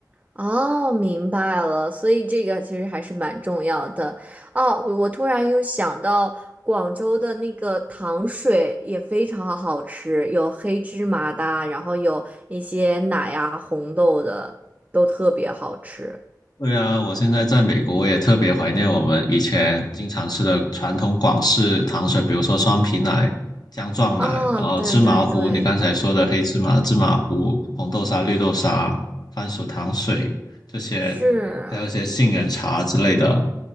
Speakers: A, on the right (about 20°); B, on the left (about 65°).
A: 哦，明白了，所以这个其实还是蛮重要的。哦，我我突然又想到广州的那个糖水也非常好吃，有黑芝麻的啊然后有一些奶呀、红豆的，都特别好吃。
B: 对啊，我现在在美国，我也特别怀念我们以前经常吃的传统广式糖水，比如说双皮奶、姜撞奶，
A: 啊，
B: 然后芝麻糊，
A: 对对对，
B: 你刚才说的黑芝麻芝麻糊、红豆沙、绿豆沙、番薯糖水这些，
A: 是。
B: 还有一些杏仁茶之类的，